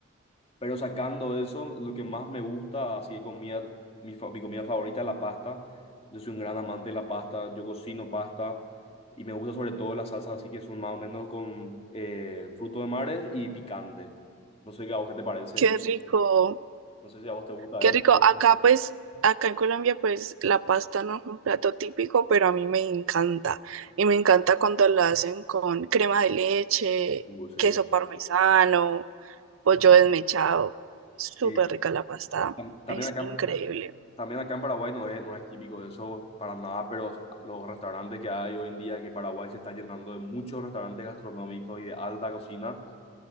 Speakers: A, on the left (about 30°); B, on the right (about 80°).
A: Pero sacando eso, lo que más me gusta, así de comida, mi, fa- mi comida favorita es la pasta. Yo soy un gran amante de la pasta, yo cocino pasta y me gusta sobre todo las salsas, así que son más o menos con eh, fruto de mares y picante. No sé qué a vos qué te parece,
B: Qué rico,
A: no sé si a vos te gusta
B: qué
A: eso.
B: rico. Acá pues, acá en Colombia pues la pasta no es un plato típico, pero a mí me encanta. Y me encanta cuando la hacen con crema de leche,
A: Uh, sí.
B: queso parmesano, pollo desmechado. Súper
A: Sí.
B: rica la pasta,
A: Tam- También
B: es
A: acá,
B: increíble.
A: en- también acá en Paraguay no es, no es típico de eso para nada, pero los restaurantes que hay hoy en día, que Paraguay se está llenando de muchos restaurantes gastronómicos y de alta cocina